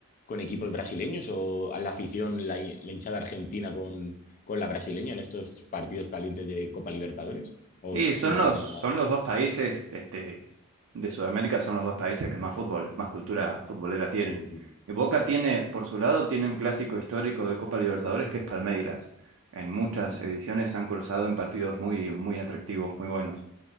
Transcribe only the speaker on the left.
con equipos brasileños o a la afición, la, hi- la hinchada argentina con, con la brasileña en estos partidos calientes de Copa Libertadores? ¿O
es
un poquito
más?
Sí, sí, sí.
A ver.
Mm,